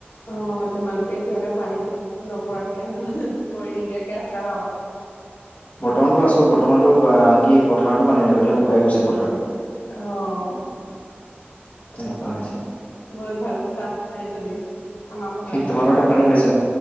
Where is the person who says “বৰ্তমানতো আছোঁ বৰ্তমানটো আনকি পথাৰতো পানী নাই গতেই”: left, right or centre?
Left